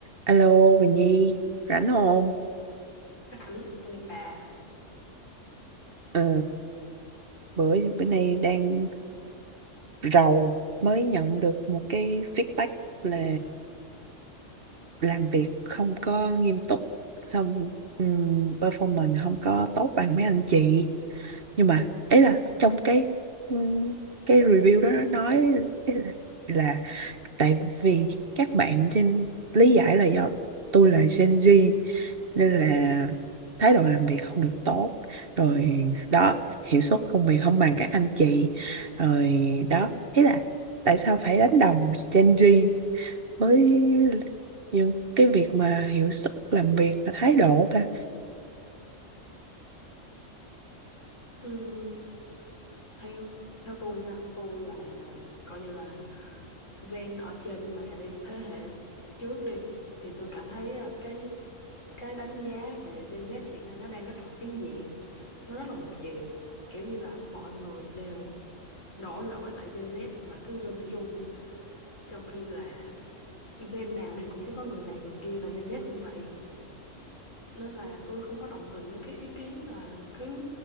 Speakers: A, on the right; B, on the left.
A: Alo, Bình Nhi, rảnh không?
B: Ảnh là
A: Ừ, bữa bữa nay đang rầu mới nhận được một cái feedback là làm việc không có nghiêm túc, xong ừm, performance không có tốt bằng mấy anh chị. Nhưng mà ấy là trong cái ừm, cái review đó nói ý là, là tại vì các bạn trên lý giải là do tôi là Gen Z nên là thái độ làm việc không được tốt rồi đó hiệu suất công việc không bằng các anh chị rồi đó ý là tại sao phải đánh đồng Gen Z với những cái việc mà hiệu suất làm việc và thái độ ta
B: ừm, theo theo tôi nha tôi là coi như là gen ở trên bà đi thế hệ trước đi thì tôi cảm thấy ờ, cái cái đánh giá về Gen Z hiện nay nó đang rất là phiến diện nó rất là một chiều kiểu như là mọi người đều đổ lỗi tại Gen Z và cứ gom chung trong khi là gen nào thì cũng sẽ có người này người kia và Gen Z cũng vậy nên là tôi không có đồng tình với cái ý kiến là cứ